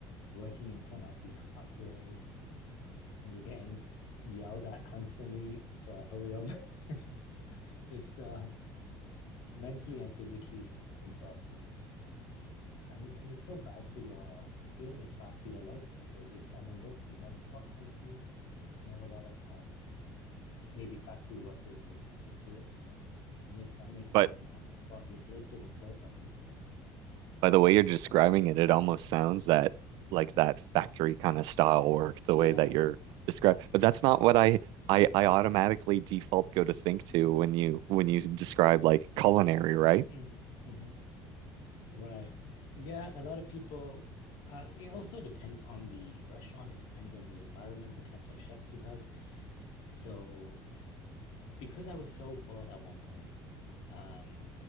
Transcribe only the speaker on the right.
But
By the way
you're describing it, it almost sounds that like that factory kind of style work, the
way that you're describing. But that's not what I, I I automatically default go to think to when you when you describe like culinary, right?